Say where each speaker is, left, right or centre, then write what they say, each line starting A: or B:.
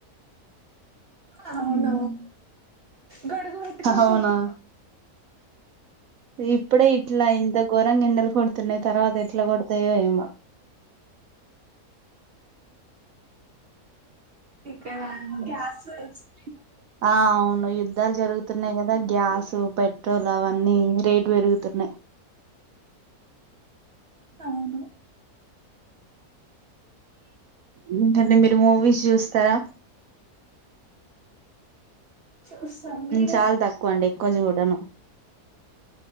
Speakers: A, on the right; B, on the right.
A: అవున
B: ఉమ్
A: గడుగు పెట్టుకొని
B: అవునా
A: పోతున్నాం
B: ఇప్పుడే ఇట్లా ఇంతఘోరంగా ఎండెలు కొడుతున్నాయి తర్వాత ఇట్లా కొడు తదే ఏమో
A: క గ్యాస్ వ <unintelligible>
B: ఆ అవును యుద్ధాలు జరుగుతున్నాయి కదా గ్యాస్ పెట్రోల్ అవన్నీ రేటు పెరుగుతున్నాయి.
A: అవును
B: ఇంక అండి మీరు మూవీస్ చూస్తారా
A: చూస్తాం మీరు
B: చాలా తక్కువ అండి ఎక్కువ చూడను.